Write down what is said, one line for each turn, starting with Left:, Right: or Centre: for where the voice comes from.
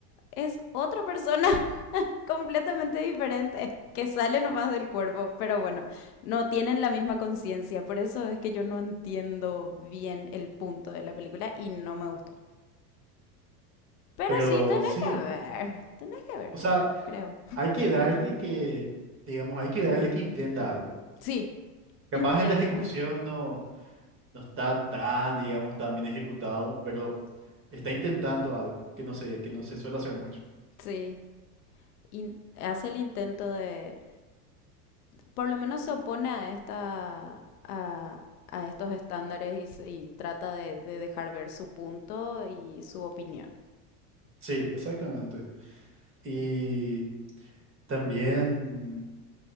Left: es otra persona <laughs> completamente diferente que sale nomás del cuerpo, pero bueno, no tienen la misma conciencia, por eso es que yo no entiendo bien el punto de la película y no me gustó. Pero
Right: pero
Left: sí, tenés
Right: sí.
Left: que ver, tenés que ver,
Right: O sea,
Left: creo.
Right: hay que darle que, digamos, hay que darle que intenta algo.
Left: Sí,
Right: Capaz
Left: intenta.
Right: en la ejecución no, no está tan, digamos, tan bien ejecutado, pero está intentando algo que no se, que no se suele hacer mucho.
Left: Sí, y hace el intento de, por lo menos se opone a esta, a, a estos estándares y, se- y trata de, de dejar ver su punto y su opinión.
Right: Sí, exactamente. Y también,